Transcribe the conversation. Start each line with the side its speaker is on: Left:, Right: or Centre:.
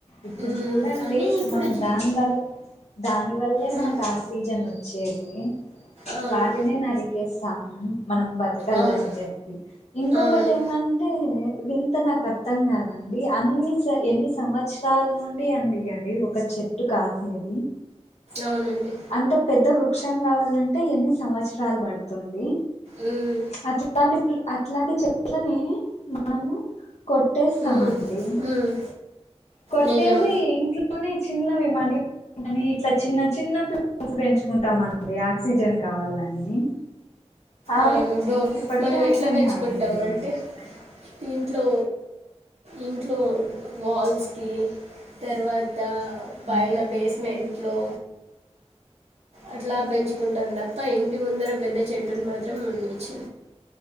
Left: ఇప్పుడు
Right: మ్మ్.
Left: చూడండి
Right: కానీ ఇప్పుడు
Left: మనకు
Right: జి-
Left: దాన్బల్ దాని వల్లే
Right: మ్మ్.
Left: మనకు ఆక్సిజన్ వచ్చేది
Right: అవును
Left: వాటినె నరికేస్తాము మనం బతకాలని
Right: అవును
Left: జెప్పి ఇంకొకటి
Right: అవును
Left: ఏమంటే వింత నాకు అర్థం కాదండి అన్ని స ఎన్ని సంవత్సరాల నుండి అండి అది ఒక చెట్టు కాసేది
Right: అవునండి
Left: అంత పెద్ద వృక్షం కావాలంటే ఎన్ని సంవత్సరాలు బడుతుంది
Right: ఉమ్
Left: అట్లాంటివి అట్లాంటి చెట్లనే మనము కొట్టేస్తామ
Right: ఉమ్,
Left: అండి
Right: ఉమ్.
Left: కొట్టేసి
Right: నిజం
Left: ఇంట్లోనే చిన్న విమాని కాని ఇట్ల చిన్న చిన్న ప్లాన్స్ పెంచుకుంటాం మనం ఇది ఆక్సిజన్ కావాలని అవి
Right: అవును డో
Left: నాకు ఇప్పటికీ
Right: మనం
Left: అర్థం
Right: ఎట్ల పెంచుకుంటాం
Left: కాదండి
Right: అంటె ఇంట్లో ఇంట్లో వాల్స్కి తర్వా త పైన
Left: ఉమ్
Right: బేస్మెంట్ లో అట్లా పెంచుకుంటాం తప్ప ఇంటి ముందర పెద్ద చెట్టుని మాత్రం మునిచ్చ